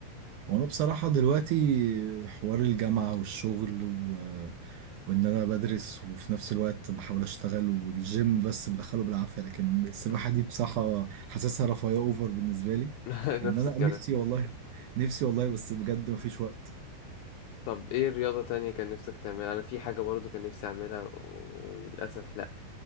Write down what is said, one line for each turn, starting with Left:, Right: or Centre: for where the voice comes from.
Right: وانا بصراحه دلوقتي حوار الجامعه والشغل و... وان انا بدرس وفي نفس الوقت بحاول اشتغل والجيم بس بدخله بالعافيه لكن السباحه
Left: مم.
Right: دي بصراحه حاسسها رفاهيه اوفر بالنسبه لي
Left: <laughs> نفس
Right: ان انا
Left: الكلام
Right: نفسي والله نفسي والله بس بجد مفيش وقت
Left: طب ايه رياضه تانية كان نفسك تعملها انا في حاجه برضو كان نفسي اعملها و- وللاسف لا